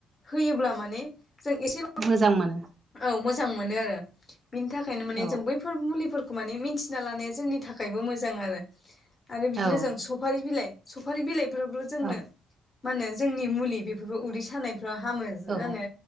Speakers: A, on the left; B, on the right.
A: होयोब्ला माने जों एसे
B: मोजां मोनो
A: औ मोजां मोनो आरो बिनि थाखायनो माने
B: औ
A: जों बै म म ल जोंनि थाखाय मोजां आरो आरो बिदिनो
B: औ
A: जों स सफारि बिलाइ सफारि बिलाइफोरावबो जोंनो
B: औ
A: मा होनो जोंनि मुलि बेफोरखौ उदै सानायफ्राव हामो जानो
B: औ